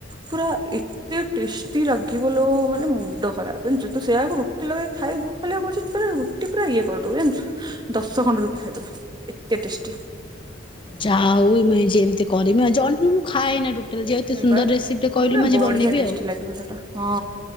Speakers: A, on the right; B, on the left.
A: ପୁରା ଏ ଏତେ ଟେଷ୍ଟି ଲାଗିବ ଲୋ ମାନେ ମୁଣ୍ଡ ଖରାପ। ଜାଣିଛୁ ତୁ ସେଇଆକୁ ରୁଟି ଲଗେଇ ଖାଇବୁ ଖାଲି ବା କହୁଛି ପୁରା ରୁଟି ପୁରା ଇଏ କରିଦେବୁ, ଜାଣିଛୁ ଦଶ ଖଣ୍ଡ ରୁଟି ଖାଇଦବୁ ଏତେ ଟେଷ୍ଟି।
B: ଯାହା ହଉ ମୁଁ ଆଜି ଏମିତି କରମି ଆଉ। ଜହ୍ନି ମୁଁ ଖାଏନା ଟୋଟାଲ୍। ଯେହେତୁ
A: ହଁ
B: ସୁନ୍ଦର
A: ବା
B: ରେସିପି ଟିଏ କହିଲୁ
A: ପୁରା
B: ମୁଁ ଆଜି
A: ବଢିଆ
B: ବନେଇବି
A: ଟେଷ୍ଟି
B: ଆଉ।
A: ଲାଗିବ ସେଟା। ହଁ,